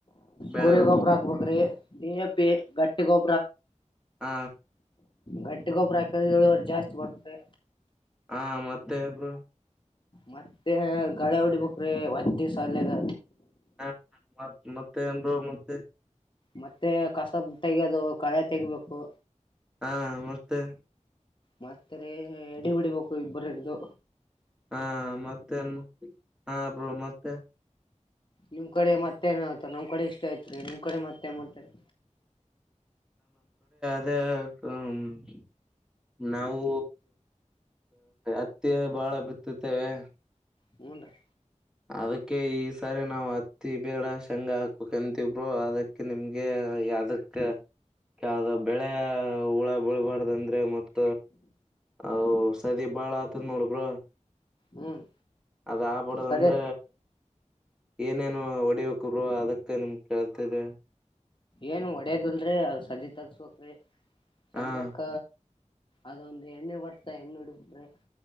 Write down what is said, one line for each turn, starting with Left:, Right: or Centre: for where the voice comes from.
Centre: ಬೆಳೆಗ
Left: ಕುರ ಗೊಬ್ಬರ ಬ್ರೆ ನೀಿಯ ಪೇ ಗಟ್ಟ ಗೊಬ್ಬರ
Centre: ಆ
Left: ಗಟ್ಟಿ ಗೊಬ್ಬರ ಹಾಕ್ರ ಏಳುವರ್ಷ ಜಾಸ್ತಿ ಕೊಡ್ತೆ
Centre: ಹಾ ಮತ್ತೆ ಒಬ್ರು
Left: ಮತ್ತೆ ಗಳೆ ಹೊಡಿಬೇಕ್ರೀ ಹತ್ತ ದಿವ್ಸಲ್ಯಾಗ
Centre: ಹ ಮ ಮತ್ತೆ ಅಂದರು ಮತ್ತೆ
Left: ಮತ್ತೆ ಕಸ ತೆೆಗೆಯೋದು ಕಳೆ ತೆಗಬೇಕು
Centre: ಹಾ ಮತ್ತೆ
Left: ಮತ್ತ ಅಡಿ ಬಿಡಿಬೇಕು ಇಬ್ಬರುಡ್ದು
Centre: ಹಾ ಮತ್ತೇನ್ ಹಾ ಬ್ರೋ ಮತ್ತೆ
Left: ನಿಮ್ ಕಡೆ ಮತ್ತೆ ಏನ್ತ ನಮ್ ಕಡೆ ಇಷ್ಟ ಐತ್ರಿ ನಿಮ್ ಕಡೆ ಮತ್ತೇನ್ ಮಾಡ್ತಾರೆ
Centre: ಅದ <unintelligible> ನಾವು ಅತ್ತಿ ಬಾಳ ಬಿತ್ತುತ್ತೇವೆ
Left: ಹಊಞನ್ ರೀ
Centre: ಅದಕ್ಕೆ ಈ ಸಾರಿ ನಾವ್ ಹತ್ತಿ ಬೇಡ ಶಂಗ ಹಾಕ್ಬೇಕಂತಬ್ರರು ಅದಕ್ಕೆ ನಿಮ್ಗೆ ಯದಕ್ಕ ಯ್ದ ಬೆಳೆ ಹುಳ ಬಿಳ್ಬಾರ್ದಂದ ಮತ್ತ ಅ ಸದಿ ಬಾಳ ಆತದ ನೋಡಬ್ರ
Left: ಹ್ಮ್
Centre: ಅದ ಆಗ್ಬಡೋದಂದ್ರೆ
Left: ಸದ
Centre: ಏನೇನು ಹೊಡಿಬೇಕರು ಅದಕ್ಕೆ ನಿಮ ಕೇಳ್ತಿದೆ
Left: ಏನ್ ಒಡ್ಯದಲ್ರೀ ಅ ಸದಿ ತಗಸ್ಬಕ್ಿ ಶಂಗಕ್ಕ
Centre: ಹಾ
Left: ಅದೊಂದು ಎಣ್ಣು ಬರ್ತ ಎಣ್ಣು ಹಡ್ಬಿಟ್ರಿ